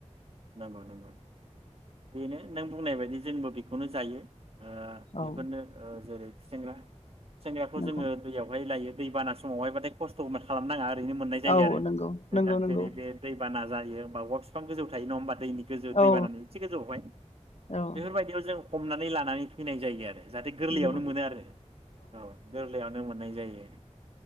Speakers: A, on the right; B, on the left.
A: नंगौ नंगौ बेनो नों बुंनाय बायदि जोंबो बेखौनो जायो ओ बेफोरनो
B: औ
A: ओ जेरै गुसेंग्रा गुसेंग्राखौ
B: नंगौ
A: जोङो दैयावहाय लायो दैबाना समावहायबाथाय खस्थ' इमान खालामनाङा ओरैनो मोननाय जायो
B: औ
A: आरो
B: नंगौ
A: नोंथां
B: नंगौ नंगौ
A: जेरै बे बाना जायो बा औवा बिफां गोजौ थायो नङा होमबा दैनि गोजौ दै
B: औ
A: बानानि एसे गोजौआवहाय
B: औ
A: बेफोरबायदियाव जों हमनानै लानानै फैनाय जायो आरो जाहाथे गोरलैयावनो
B: नंगौ
A: मोनो आरो औ गोरलैयावनो मोनो नाय जायो